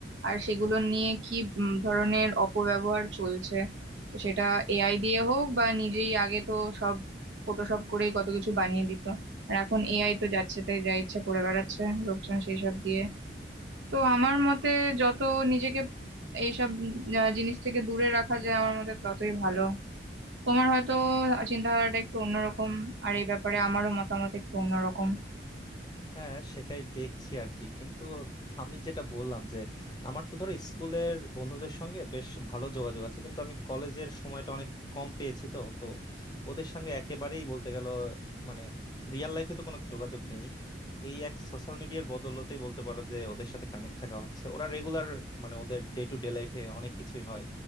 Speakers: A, on the right; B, on the left.
A: আর সেগুলো নিয়ে কি উম, ধরনের অপব্যবহার চলছে তো সেটা এআই দিয়ে হোক বা নিজেই আগে তো সব ফটোশপ করেই কত কিছু বানিয়ে দিত আর এখন এআই তো যাচ্ছে তাই যা ইচ্ছা করে বেড়াচ্ছে লোকজন সেই সব দিয়ে তো আমার মতে যত নিজেকে এইসব উম, আহ, জিনিস থেকে দূরে রাখা যায় আমার মতে ততই ভালো তোমার হয়তো চিন্তাধারাটা একটু অন্যরকম আর এই ব্যাপারে আমারও মতামত একটু অন্যরকম
B: হ্যাঁ সেটাই দেখছি আর কি কিন্তু আমি যেটা বললাম যে আমার তো ধরো স্কুলের বন্ধুদের সঙ্গে বেশ ভালো যোগাযোগ আছে কিন্তু আমি কলেজের সময়টা অনেক কম পেয়েছি তো তো ওদের সঙ্গে একেবারেই বলতে গেল মানে রিয়েল লাইফে তো কোনো যোগাযোগ নেই এই এক সোশ্যাল মিডিয়ার বদৌলতেই বলতে পারো যে ওদের সাথে কানেক্ট থাকা হচ্ছে ওরা রেগুলার মানে ওদের ডে টু ডে লাইফে অনেক কিছুই হয়